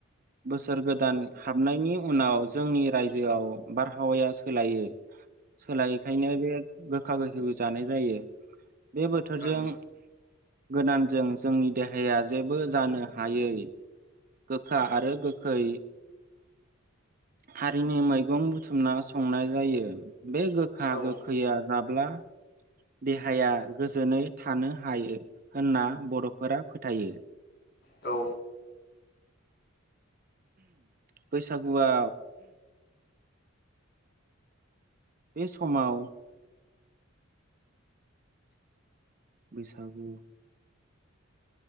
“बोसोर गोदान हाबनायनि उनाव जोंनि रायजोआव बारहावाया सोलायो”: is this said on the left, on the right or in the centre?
Right